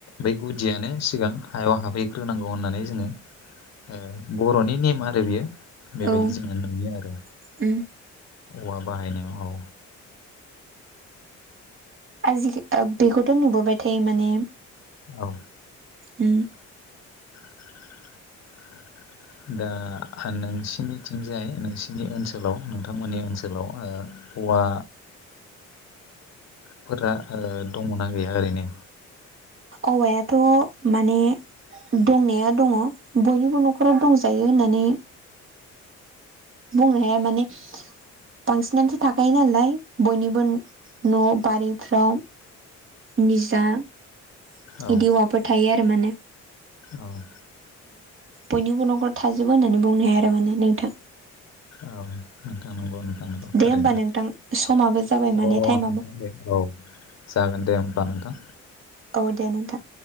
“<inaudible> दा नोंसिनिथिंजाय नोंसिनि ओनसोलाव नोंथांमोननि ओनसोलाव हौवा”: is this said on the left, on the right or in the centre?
Left